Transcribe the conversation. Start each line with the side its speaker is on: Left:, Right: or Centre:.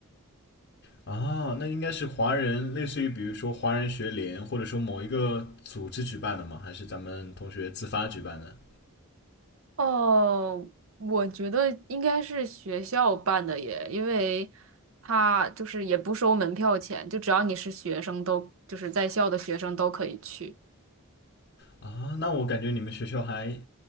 Left: 啊，那应该是华人，类似于比如说华人学联，或者说某一个组织举办的吗？还是咱们同学自发举办的？
Right: 哦，我觉得应该是学校办的耶，因为他就是也不收门票钱，就只要你是学生都就是在校的学生都可以去。
Left: 啊，那我感觉你们学校还